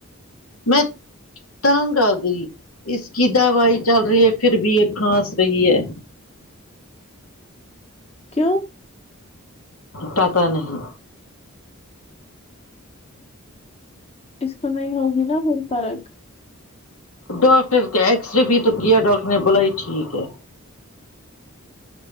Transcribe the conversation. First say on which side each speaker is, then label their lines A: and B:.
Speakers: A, on the left; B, on the left.
A: میں تنگ آ گئی اس کی دوائی چل رہی ہے پھر بھی یہ کھاس رہی ہے
B: کیوں
A: پٹا نہیں
B: اس کو نہیں ہوگی نا پھر فرق
A: ڈاکٹر کا ایکسرے بھی تو کیا ڈاکٹر نے بولا یہ ٹھیک ہے